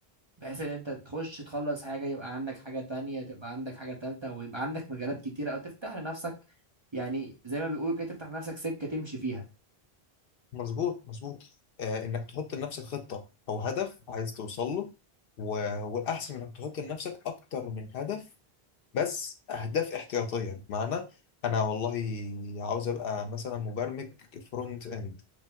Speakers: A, on the right; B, on the left.
A: بحيث ان انت تخش تخلص حاجة يبقى عندك حاجة تانية تبقى عندك حاجة تالتة ويبقى عندك مجالات كتيرة او تفتح لنفسك يعني زي ما بيقولوا كده تفتح لنفسك سكة تمشي فيها
B: مظبوط مظبوط آه انك تحط لنفسك خطة او هدف عايز توصل له و... والاحسن انك تحط لنفسك اكتر من هدف بس اهداف احتياطية بمعنى انا والله عاوز ابقى مثلا مبرمج فرونت اند